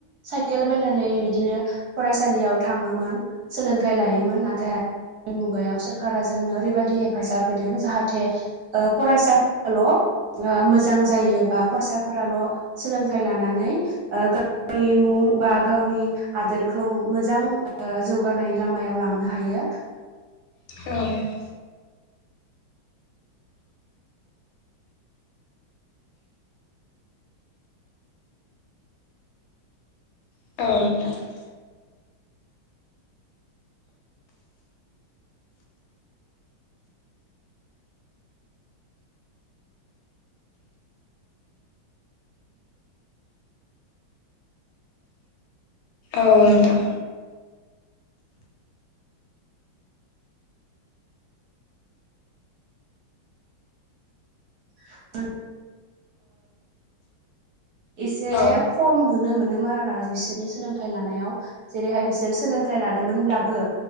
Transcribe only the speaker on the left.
औ औ औ नोंथां
औ